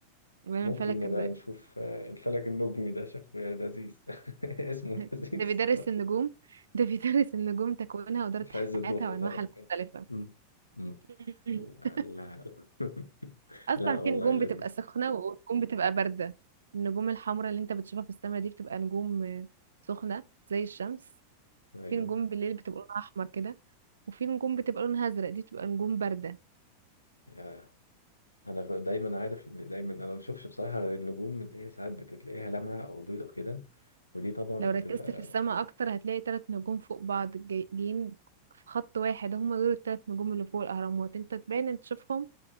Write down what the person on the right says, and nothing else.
وعلم
فلك
الر...
ده بيدرس النجوم <laughs> ده بيدرس النجوم تكوينها ودورة
حياتها وأنواعها
المختلفة
<laughs>
اصلا
في
نجوم
بتبقى سخنه ونجوم بتبقى بارده النجوم الحمراء اللي انت بتشوفها في السماء دي بتبقى نجوم آه، سخنه زي الشمس
في نجوم بالليل بتبقى لونها احمر كده وفي نجوم بتبقى لونها ازرق دي بتبقى نجوم بارده
لو
ركزت في السماء اكتر هتلاقي ثلاث نجوم فوق بعض جاي- جايين في خط واحد هما دول الثلاث نجوم اللي فوق الاهرامات انت تبان ان تشوفهم